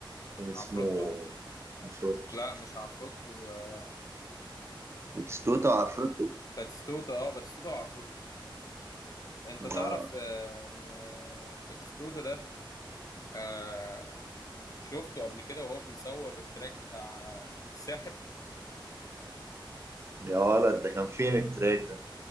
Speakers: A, on the right (about 30°); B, on the left (about 45°).
A: كان اسمه
B: عفروتو
A: عفروتو
B: لا مش عفروتو آه،
A: بتستوتا عفروتو
B: باتستوتا اه باتستوتا وعفروتو انت تعرف
A: آه
B: آه، ان آه، باتستوتا ده آه، شفته قبل كده وهو بيصور التراك بتاع آه، الساحر
A: يا ولد ده كان فين التراك ده